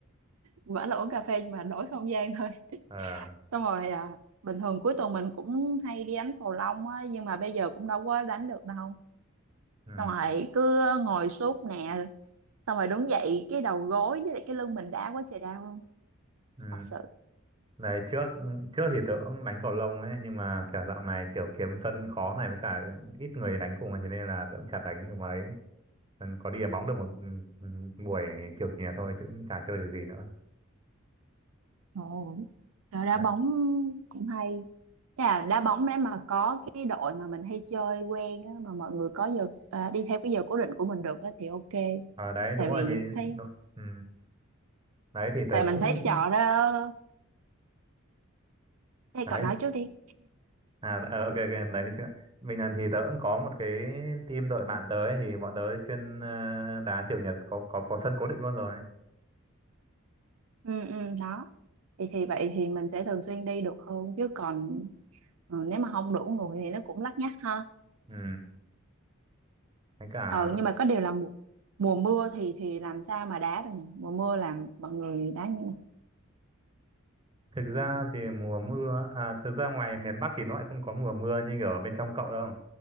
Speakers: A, on the right; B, on the right.
A: vẫn là uống cà phê nhưng mà đổi không gian thôi
B: Ờ,
A: <laughs> xong rồi à, bình thường cuối tuần mình cũng hay đi đánh cầu lông á nhưng mà bây giờ cũng đâu có đánh được đâu
B: ừ,
A: xong rồi cứ ngồi suốt nè xong rồi đúng vậy cái đầu gối với lại cái lưng mình đau quá trời đau luôn
B: ừ.
A: thật sự
B: Đấy trước trước thì tớ cũng đánh cầu lông ấy nhưng mà kiểu dạo này kiểu kiếm sân khó này với cả ít người đánh cùng ấy, thế nên là tớ cũng chả đánh được mấy. Ừ, có đi đá bóng được một ừ, ừ, buổi chiều chiều thôi chứ cũng chả chơi được gì nữa
A: ồ rồi đá
B: Đã-
A: bóng cũng hay Thế là đá bóng đấy mà có cái đội mà mình hay chơi quen á, mà mọi người có giờ à, đi theo cái giờ cố định của mình được á thì ok
B: ờ đấy
A: tại
B: đúng rồi
A: vì
B: thì
A: thấy
B: đú- ừ, đấy thì tớ
A: tại mình
B: cũng
A: thấy trò đó thế
B: đấy
A: cậu nói trước đi
B: à ờ, ok ok đấy chứ mình lần thì tớ cũng có một cái team đội bạn tớ ấy, thì bọn tớ chuyên ờ, đá chiều chủ nhật có có có sân cố định luôn rồi
A: ừ ừ đó thì thì vậy thì mình sẽ thường xuyên đi được hơn chứ còn ừ, nếu mà không đủ người thì nó cũng lắt nhắt ha
B: ừ với cả
A: Ờ, nhưng mà có điều là mùa, mùa mưa thì thì làm sao mà đá được nhỉ? Mùa mưa làm mọi người đá như này.
B: thực ra thì mùa mưa à, thực ra ngoài miền Bắc thì nó lại không có mùa mưa như ở bên trong cậu đâu